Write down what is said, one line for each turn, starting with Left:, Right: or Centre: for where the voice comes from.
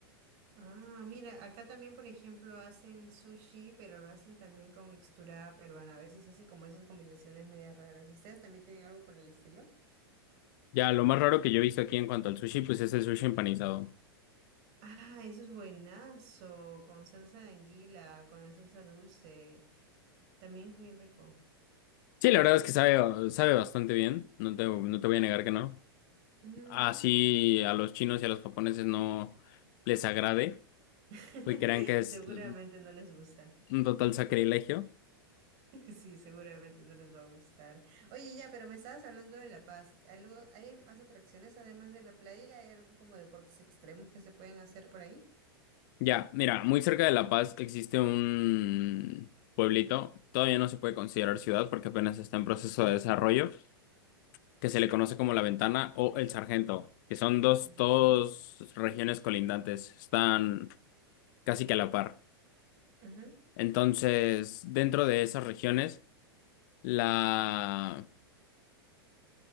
Right: Ah, mira, acá también, por ejemplo, hacen sushi, pero lo hacen también con mixtura peruana. A veces hacen como esas combinaciones medias raras. ¿Ustedes también tienen algo por el estilo?
Left: Ya, lo más raro que yo he visto aquí en cuanto al sushi, pues es el sushi empanizado.
Right: Ah, eso es buenazo, con salsa de anguila, con la salsa dulce. También es bien rico.
Left: Sí, la verdad es que sabe, sabe bastante bien, no te, no te voy a negar que no.
Right: Ujú,
Left: Así
Right: ujú.
Left: a los chinos y a los japoneses no les agrade,
Right: <laughs>
Left: pues crean que es
Right: Seguramente
Left: mm,
Right: no les gusta. <laughs>
Left: mm, un total sacrilegio.
Right: Sí, seguramente no les va a gustar. Oye, ya, pero me estabas hablando de La Paz. ¿Algo, hay más atracciones además de la playa? ¿Hay algún como deportes extremos que se pueden hacer por ahí?
Left: Ya, mira, muy cerca de La Paz existe un pueblito, todavía no se puede considerar ciudad porque apenas está en proceso de desarrollo, que se le conoce como La Ventana o El Sargento, que son dos, dos
Right: Ya.
Left: regiones colindantes, están casi que a la par.
Right: Ujú.
Left: Entonces, dentro de esas regiones, la,